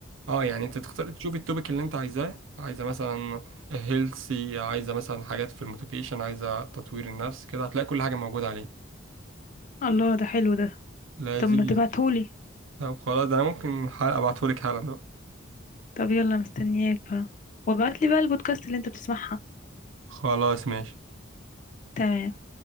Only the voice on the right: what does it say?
اه يعني انت تختار تشوف التوبيك اللي انت عايزاه عايزه مثلا هيلثي عايزه مثلا حاجات في الموتيفيشن عايزه تطوير النفس كده هتلاقي كل حاجه موجوده عليه
لذيذ
طب خلاص ده انا ممكن حلقه ابعتهولك حالا ده
خلاص ماشي